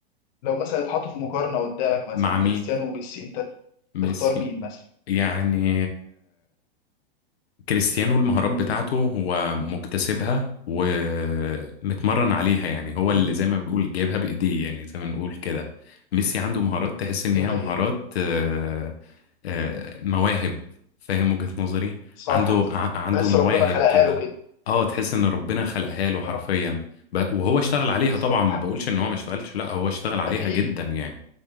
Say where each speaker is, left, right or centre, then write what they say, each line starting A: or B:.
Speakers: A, on the left; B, on the left.
A: لو مثلا اتحطوا في مقارنه قدامك مثلا
B: مع مين؟
A: كريستيانو وميسي انت
B: ميسي
A: تختار مين مثلا
B: يعني كريستيانو المهارات بتاعته هو مكتسبها ومتمرن عليها يعني هو اللي
A: مم.
B: زي ما بنقول جايبها بإيديه يعني زي ما نقول كده ميسي عنده مهارات تحس إن
A: دي
B: هي
A: حقيقه
B: مهارات آه، آه، مواهب فاهم وجهة نظري
A: صح
B: عنده
A: صح
B: ع- عنده
A: بس
B: مواهب
A: ربنا خلقها
B: كده
A: له كده
B: اه تحس إن ربنا خلقها له حرفيا
A: اه
B: ب- وهو اشتغل عليها
A: بالظبط
B: طبعا ما بقولش إن هو ما اشتغلش لا هو اشتغل عليها
A: اكيد
B: جدا يعني